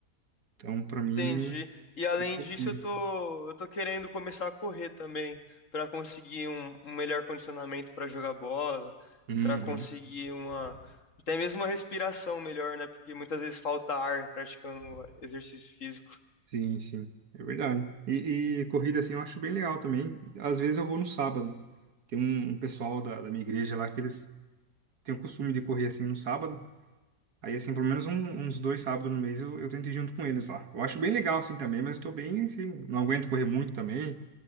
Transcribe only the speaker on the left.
Entendi. E além
disso, eu tô, eu tô querendo começar a correr também, para conseguir um, um melhor condicionamento para jogar bola,
para conseguir uma, até mesmo uma respiração melhor, né? Porque muitas vezes falta ar praticando exercício físico.